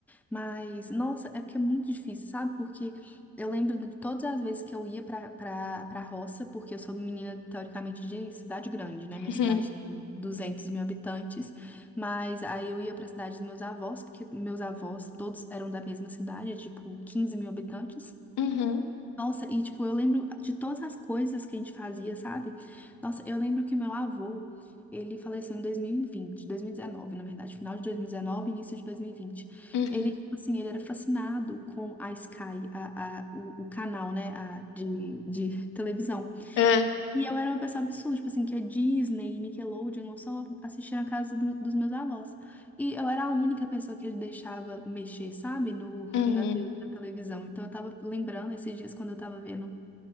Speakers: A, in the centre; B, on the left (about 80°).
A: Mas, nossa, é porque é muito difícil, sabe? Porque eu lembro de todas as vezes que eu ia pra, pra, pra roça, porque eu sou menina, teoricamente, de cidade grande, né? Minha
B: uhum,
A: cidade tem 200 mil habitantes, mas aí eu ia pra cidade dos meus avós, porque meus avós todos eram da mesma cidade, tipo, 15 mil habitantes.
B: uhum.
A: Nossa, e tipo, eu lembro de todas as coisas que a gente fazia, sabe? Nossa, eu lembro que meu avô, ele faleceu em 2020, 2019, na verdade, final de 2019, início de 2020.
B: uhum.
A: Ele, tipo assim, ele era fascinado com a Sky, a, a, o, o canal, né, a, de, de televisão.
B: É.
A: E eu era uma pessoa absurda, tipo assim, que a Disney, Nickelodeon, eu só assistia na casa do- dos meus avós. E eu era a única pessoa que ele deixava mexer, sabe, no,
B: uhum.
A: na, te- na televisão. Então eu tava lembrando esses dias quando eu tava vendo